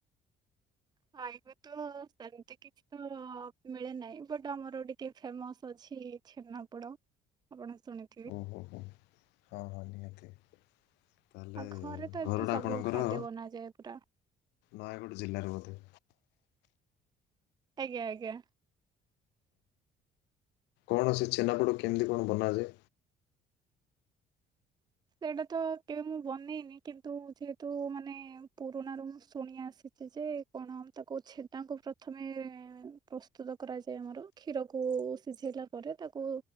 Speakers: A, on the right; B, on the left.
A: ଖାଇବି ତ ସେମିତି କିଛି ତ ମିଳେ ନାହିଁ ବଟ ଆମର ଟିକେ ଫେମସ ଅଛି। ଛେନାପୋଡ ଆପଣ ଶୁଣି -
B: ଓହୋହୋ ହଁ ହଁ ନିହାତି। ତାହେଲେ
A: ଆଉ ଘରେ ତ ଏମିତି
B: ଘରଟା
A: ସବୁ
B: ଆପଣଙ୍କର
A: ଖାଦ୍ୟ ବନାଯାଏ ପୁରା
B: ନୟାଗଡ଼ ଜିଲ୍ଲାରୁ ବୋଧେ?
A: ଆଜ୍ଞା ଆଜ୍ଞା।
B: ଓହୋ ସେ ଛେନାପୋଡ଼ କେମିତି କଣ ବନାଯାଏ?
A: ସେଇଟା ତ କେବେ ମୁଁ ବନେଇନି କିନ୍ତୁ ଯେହେତୁ ମାନେ ପୁରୁଣାରୁ ମୁଁ ଶୁଣି ଆସିଛି ଯେ - କଣ ତାକୁ ଛେନାକୁ ପ୍ରଥମେ ପ୍ରସ୍ତୁତ କରାଯାଏ ଆମର କ୍ଷୀରକୁ ସିଝେଇଲା ପରେ ତାକୁ